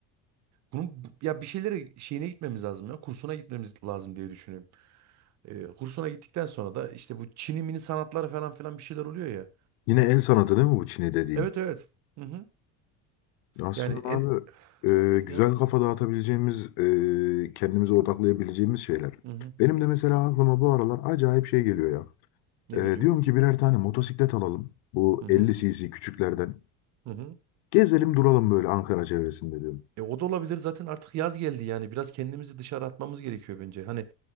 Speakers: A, on the right; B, on the left.
A: Bunun bu- ya bir şeylere şeyine gitmemiz lazım ya. Kursuna gitmemiz lazım diye düşünüyorum. Eee, kursuna gittikten sonra da işte bu Çin'i mini sanatları falan filan bir şeyler oluyor ya.
B: Yine el sanatı değil mi bu Çin'e dediğin?
A: Evet evet. Hı hı.
B: Aslında
A: Yani
B: abi
A: en
B: e, güzel
A: yani
B: kafa dağıtabileceğimiz, e, kendimize odaklayabileceğimiz şeyler.
A: hı hı.
B: Benim de mesela aklıma bu aralar acayip şey geliyor ya.
A: Ne geliyor?
B: Ee, diyorum ki birer tane motosiklet alalım. Bu
A: Hı hı.
B: 50 cc küçüklerden.
A: Hı hı.
B: Gezelim duralım böyle Ankara çevresinde diyorum.
A: E, o da olabilir. Zaten artık yaz geldi yani. Biraz kendimizi dışarı atmamız gerekiyor bence. Hani